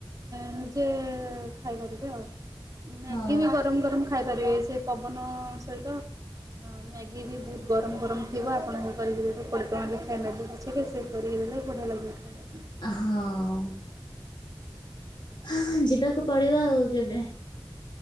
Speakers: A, on the right; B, on the left.
A: ନିଜେ ଖାଇପାରିବେ ଆଉ ମ୍ୟାଗି
B: ହଁ
A: ବି ଗରମ ଗରମ ଖାଇପାରିବେ ସେ ପବନ ସହିତ ହଁ ମ୍ୟାଗି ବି ବହୁତ ଗରମ ଗରମ ଥିବ ଆପଣ କରିକି ଦେବେ କୋଡିଏ ଟଙ୍କା ଲେଖାଏଁ ନେବେ ପଛିକା ସେ କରିକି ଦେଲେ ବଢିଆ ଲାଗିବ ଖାଇବାକୁ
B: ହଁ। ହଁ ଯିବାକୁ ପଡିବ ଆଉ କେବେ